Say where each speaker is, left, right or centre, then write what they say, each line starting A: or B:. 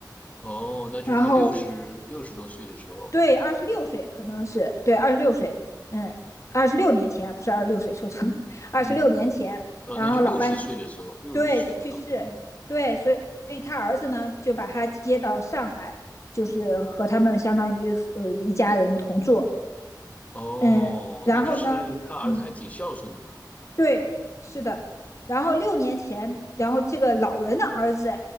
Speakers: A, on the left (about 20°); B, on the left (about 45°).
A: 哦，那就是他六十六十多岁的时候，
B: 然后对二十六岁可能是对二十六岁，嗯，二十六年前不是二十六岁，说错了，二十六年前，
A: 嗯。呃，
B: 然后老伴
A: 那就六十岁的时候，六十岁的时候，
B: 对去世，
A: 嗯，
B: 对，所以所以他儿子呢就把他接到上海，就是和他们相当于呃一家人同住，
A: 哦，
B: 嗯，然后呢，
A: 那就是他儿子还挺孝顺的嘛，
B: 嗯。对，是的。然后六年前，然后这个老人的儿子